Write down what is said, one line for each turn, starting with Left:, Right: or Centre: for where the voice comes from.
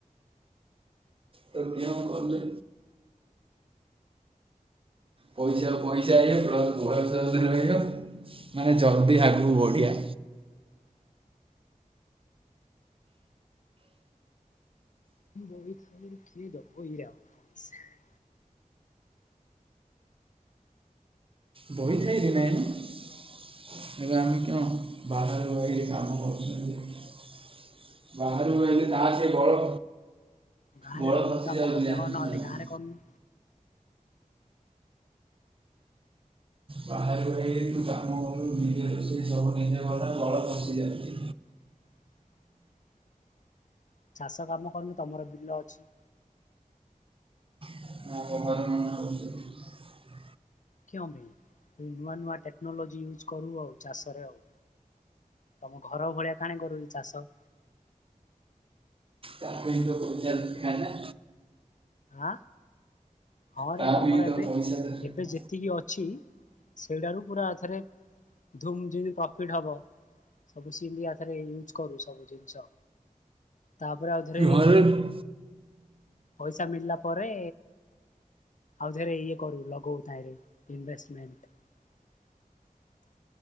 Right: ତ କେଉଁ କଲେ ପଇସା ପଇସା ହେଇ ପ୍ଲସ୍ ବୟସ ରହିବ ମାନେ ଜଲ୍ଦି ଆଗକୁ ବଢ଼ିଆ।
Left: <inaudible> ଁ ବବିଥା କି ଦ ବହି ରାହୁ ବ <unintelligible>
Right: ବହି ଥାଏ ର ନାୟଣ ଏଗ ଆମ କଁ ବାହାରରେ କାମ <unintelligible> ବାହ ରେ ତାସ ବଳ
Left: ଗାଁରେ
Right: ବଳ
Left: ରହିକି
Right: ଖସି
Left: କାମ
Right: ଯାଉଛି
Left: କଲେ
Right: ଜାଣିଛୁ
Left: ହଉ ନହେଲେ
Right: ନା ନାଇଁ?
Left: ଗାଁରେ କରନୁ।
Right: ବାହାରୁ ହେ ତୁ କାମୁ ନିଜେ ରୋଷେଇ ସବୁ ନିଜେ କଥା ବଳ ବଶଯାନ୍ତି।
Left: <inaudible> ଚାଷ କାମ କରନୁ ତମର ବିଲ ଅଛି।
Right: <unintelligible>
Left: କେ ଭାଇ ତ ନୂଆ ନୂଆ ଟେକ୍ନୋଲୋଜି ୟୁଜ କରୁ ଆଉ ଚାଷରେ ଆଉ। ତମ ଘର ଭଳିଆ କାଣି କରୁ ଚାଷ।
Right: ଚାକୁୋଇଜ ଖ ନ
Left: ଆଁ ହଁରେ
Right: ତା
Left: ତମର
Right: ପାଇଁ ତ
Left: ଏବେ
Right: ପଇସା ଦରକାର
Left: ଏବେ ଯେତିକି ଅଛି ସେଇଟାରୁ ପୁରା ଏଥରେ ଧମମିତି ପ୍ରଫିଟ ହବ। ସବୁ ସିଧିଆଥରେ ୟୁଜ କରୁ ସବୁ ଜିନିଷ ତାପରେ ଆଉଥରେ
Right: ଘରେ
Left: ପଇସା ମିଳିଲା ପରେ ଆଉଥରେ ଇଏ କରୁ ଲଗୋଉ ତାହିଁରେ ଇନଭେଷ୍ଟମେଣ୍ଟ। <inaudible>